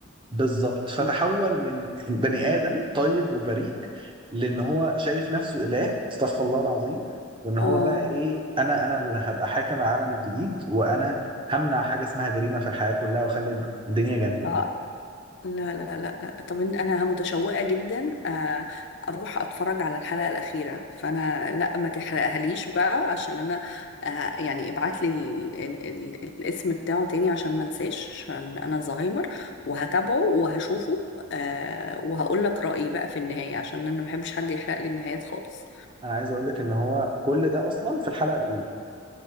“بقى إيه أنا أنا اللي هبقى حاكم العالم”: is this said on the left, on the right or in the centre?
Right